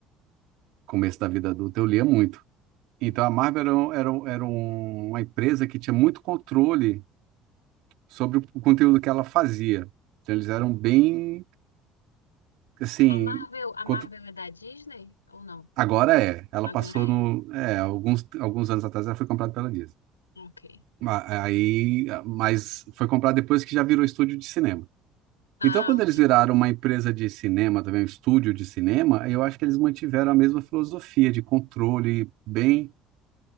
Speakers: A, on the right; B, on the left.
A: começo da vida adulta, eu lia muito. Então
B: uhum.
A: a Marvel era, um- era, um- era um- uma empresa que tinha muito controle sobre o conteúdo que ela fazia. Então eles eram bem, assim,
B: A Marvel, a Marvel
A: contro-
B: é da Disney ou não?
A: agora é, ela
B: Agora
A: passou
B: é.
A: no, é, alguns, alguns anos atrás ela foi comprada pela Disney.
B: Ok.
A: Ma- Aí, mas foi comprada depois que já virou estúdio de cinema.
B: Ah,
A: Então, quando
B: ok.
A: eles viraram uma empresa de cinema, também um estúdio de cinema, eu acho que eles mantiveram a mesma filosofia de controle bem